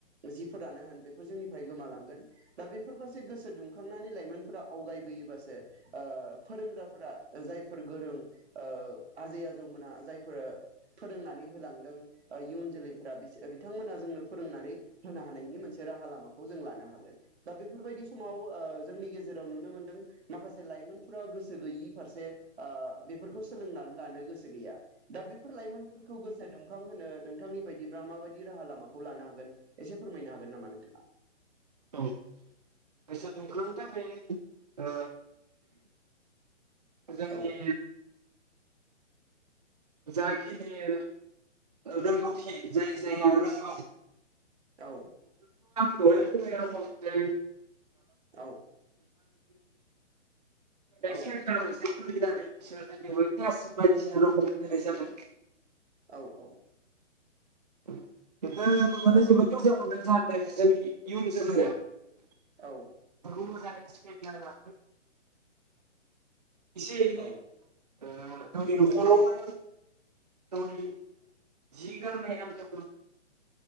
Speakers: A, on the right; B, on the right.
A: जिफोरानो होन बेफोर जोंनिफ्राय गोमालांगोन दा बेफोर फारसे गोसो दुंखांनानै लाइमोनफोरा आवगायबोयोबासो ओ फोरोंग्राफोरा जायफोर गोरों ओ आजै आजौमोना जायफोर फोरोंनानै होलांदों इयुन जोलैफोरा बिसो बिथांमोनहा जोंनो फोरोंनानै होनो हानायनि मोनसे राहा लामाखौ जों लानो हागोन दा बे बेफोरबायदि समाव ओ जोंनि गेजेर जेराव नुनो‌ मोनदों माखासे लाइमोनफोरा गोसो गैयि फारसे ओ बेफोरखौ सोलोंना लानो गोसो गैया दा बे फोर लाइमोनफोरखौ गोसो दुंखां होनो नोंथांनि बायदिब्ला माबायदि राहा लामाखौ लानो हागोन एसे फोरमायनो हागोन नामा नोंथाङा?
B: औ‌ गोसो दुंखांनो थाखाय ओ जोंनि
A: औ
B: जाखिनि रोंगौथि जाय जाया रोंगौ
A: औ
B: द <unintelligible> जोंनि सिखायनाइ
A: औ औ
B: सेलथा‌‌ मोनसे खुलि <unintelligible> होनाय जादों
A: औ औ
B: <inaudible> <unintelligible>
A: औ
B: <unintelligible>
A: औ
B: <unintelligible> गाव गावनो एसे एनै
A: औ
B: ओ गावनि न'खरावनो गावनि जि गारनाय <unintelligible> नों